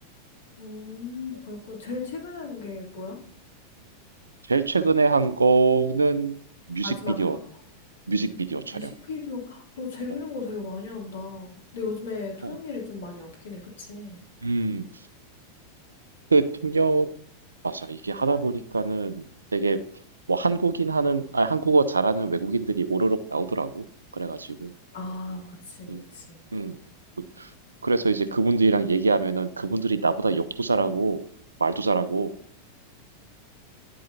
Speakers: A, on the left; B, on the right.
A: 응.
B: 뭐,
A: 음, 그렇고 제일 최근에 한 게 뭐야?
B: 음. 제일 최근에 한 거는 뮤직비디오,
A: 마지막으로 한 거.
B: 뮤직비디오 촬영.
A: 뮤직비디오. 너 재밌는
B: 어,
A: 거 되게 많이 한다. 근데 요즘에 통역
B: 어.
A: 일이 좀 많이 없긴 해. 그치?
B: 음, 그 통역, 맞아. 이게 하다 보니까는 되게 뭐 한국인 하는, 아, 한국어 잘하는 외국인들이 오로록 나오더라고. 그래가지고.
A: 아, 그치, 그치.
B: 음, 음. 그- 그래서 이제 그분들이랑 얘기하면은 그분들이 나보다 욕도 잘하고 말도 잘하고